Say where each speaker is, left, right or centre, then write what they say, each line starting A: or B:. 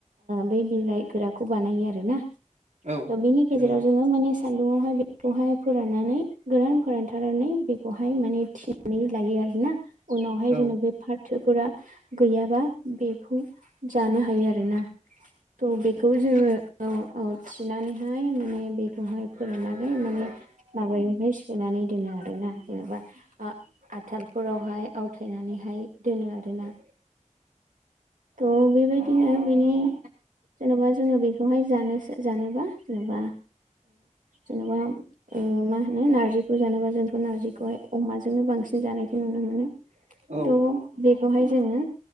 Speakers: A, on the right; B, on the right.
A: बै बिलाइ गोराखौ बानायो आरोना थ
B: औ
A: बिनि गेजेराव
B: नंगौ
A: जोङो माने सान्दुुङावहाय बेखौहाय फोराननानै गोरान फोरानथारनानै बेखौहाय माने थिनानै लायो आरोना उनावहाय जेनबा
B: औ
A: बे फाथोफोरा गैयाबा बेखौ जानो हायो आरोना औ बेखौ जोङो औ औथिनानैहाय माने बेखौहाय फोराननानै माने माबायावहाय सोनानै दोनो आरोना जेनेबा आ आथालफोराव हाय आवथायनानैहाय दोनो आरोना थ बेबायदिनो बिनि जेनबा जोङो बेखौहाय जानो जानोबा जेनेबा जेनेबा मा होनो नारजिखौ जानोबा जोंथ नारजिखौहाय अमाजोंनो बांसिन जानायखौ नुनो मोनो
B: औ
A: थ बेखौहाय जोङो